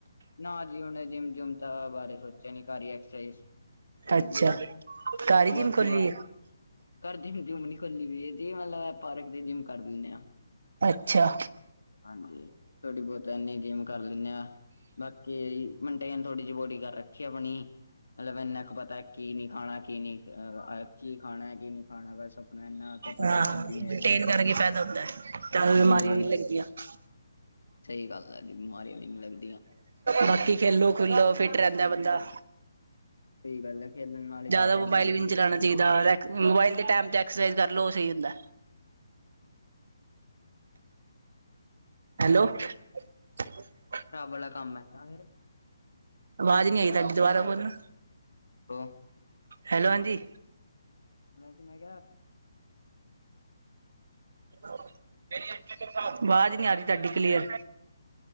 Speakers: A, on the left; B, on the right.
A: ਨਾ ਜੀ ਹੁਣ ਤਾਂ ਜਿੰਮ ਜੁਮ ਤਾਂ ਬਾਰੇ ਸੋਚਿਆ ਨੀ ਘਰ ਹੀ ਐਕਸਰਸਾਈਜ਼। ਕਰਦੀ
B: ਅੱਛਾ
A: ਹੈ।
B: ਘਰ ਹੀ ਜਿੰਮ
A: ਬਾਕੀ
B: ਖੋਲੀ
A: ਆ।
B: ਹੈ
A: ਘਰ ਦੀ ਹੁੰਦੀ ਹੋਣੀ ਨੀ ਖੋਲੀ ਪਈ ਤੇ ਮਤਲਬ। ਪਾਰਕ ਤੇ ਜਿੰਮ ਕਰ ਲੈਣੇ ਹਾਂ।
B: ਅੱਛਾ
A: ਹਾਂਜੀ ਥੋੜੀ ਬਹੁਤੀ। ਜਾਣੇ ਹਾਂ। ਜਿੰਮ ਕਰ ਲੈਣੇ ਹਾਂ। ਬਾਕੀ ਮਨਟੇਨ ਥੋੜ੍ਹੀ ਜਿਹੀ ਬੋਡੀ ਕਰ ਰੱਖੀ ਹੈ। ਆਪਣੀ। ਮਤਲਬ ਇੰਨਾ ਕੁ ਪਤਾ ਕੀ ਨਹੀਂ ਖਾਣਾ, ਕੀ ਨਹੀਂ ਕੀ ਖਾਣਾ, ਕੀ ਨਹੀਂ ਖਾਣਾ, ਬਸ। ਆਪਣਾ ਇਨਾ ਤਾਂ ਪਤਾ
B: ਹਾਂ
A: ਹੈ। ਰੱਬ ਹੀ ਮੇਰੇ
B: ਮੇਨਟੇਨ
A: ਨਾਲ
B: ਕਰਕੇ ਫਾਇਦਾ ਹੁੰਦਾ ਹੈ ਜ਼ਿਆਦਾ ਬਿਮਾਰੀਆਂ
A: ਹਾਂਜੀ।
B: ਵੀ ਲੱਗਦੀਆਂ
A: ਸਹੀ ਗੱਲ ਹੈ। ਬਿਮਾਰੀਆਂ ਵੀ। ਨੀ ਲੱਗਦੀਆਂ
B: ਬਾਕੀ ਖੇਲੋ ਖੁਲੋ ਫਿੱਟ ਰਹਿੰਦੈ ਬੰਦਾ।
A: ਸਹੀ ਗੱਲ ਹੈ। ਖੇਲਣ ਨਾਲ ਹੀ
B: ਜ਼ਿਆਦਾ
A: ਫਿਟ ਹੈ
B: ਮੋਬਾਇਲ
A: ਬੰਦੇ
B: ਵੀ
A: ਦੀ
B: ਨੀ ਚਲਾਣਾ ਚਾਹੀਦਾ। ਮੋਬਾਇਲ
A: ਰੱਬ
B: ਦੇ ਟੈਮ ਤੇ ਐਕਸਰਸਾਈਜ਼ ਕਰ ਲੋ ਉਹ ਸਹੀ ਹੁੰਦੈ। ਹੈਲੋ। <unintelligible> <inaudible>
A: ਸ਼ਰਾਬ ਵਾਲਾ ਕੰਮ ਹੈ। ਇਹ ਤਾਂ ਫਿਰ।
B: ਆਵਾਜ਼ ਨਹੀਂ ਆਈ ਤੁਹਾਡੀ ਦੁਬਾਰਾ ਬੋਲੋ।
A: ਹੈਲੋ।
B: ਹੈਲੋ ਹਾਂਜੀ।
A: ਮੈ ਜੀ ਮੈਂ ਕਿਹਾ ਹੈ।
B: ਆਵਾਜ਼ ਨਹੀਂ ਆ ਰਹੀ ਹੈ। ਤੁਹਾਡੀ ਕਲੀਅਰ।